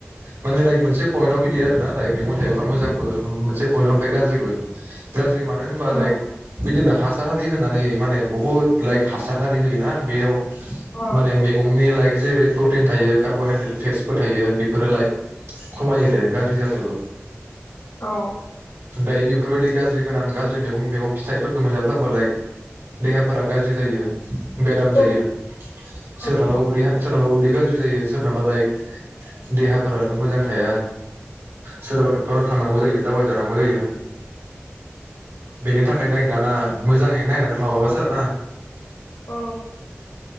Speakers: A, on the right; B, on the left.
A: माने लाइक मोनसे पयन्टाव बिदि आरो ना लाइक मैगं थाइगंया मोजांबो मोनसे पयन्टाव ओमफ्राय गाज्रिबो। गाज्रि मानो होनोबा
B: औ
A: लाइक बिदिनो हा सार हारि होननानै माने बहुद लाइक हासार हारि होयोना बेयाव
B: औ
A: माने मैगंनि लाइक जेरै प्रटिन थायो कार्बहाइद्रेट फेस्थफोर थायो। बेफोरो लाइक खमायो रे गाज्रि जाजोबो।
B: औ
A: दायो बेफोरबायदि गाज्रि गोनां गाज्रि मेगं मेगं फिथाइफोरखौ मोनजाफ्लांबालाय देहाफोरा गाज्रि जायो। बेराम
B: औ
A: जायो
B: औ
A: सोरनाबा उदै हा सोरनाबा उदै गाज्रि जायो सोरनाबा लाइ देहाफो रानो मोजां थाया सोरबा डक्टरनाव थांनांगौ जायो दावाय जानांगौ जायो बेनि थाखायनो लाइक दाना मोजाङै नायनानै माबाबासो आरो ना
B: औ